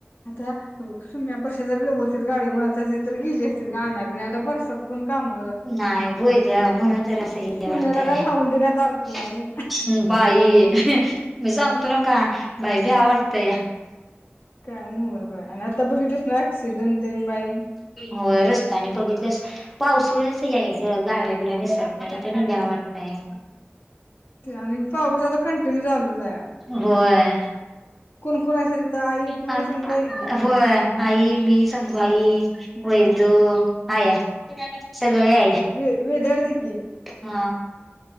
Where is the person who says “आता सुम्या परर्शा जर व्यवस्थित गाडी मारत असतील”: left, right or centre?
Left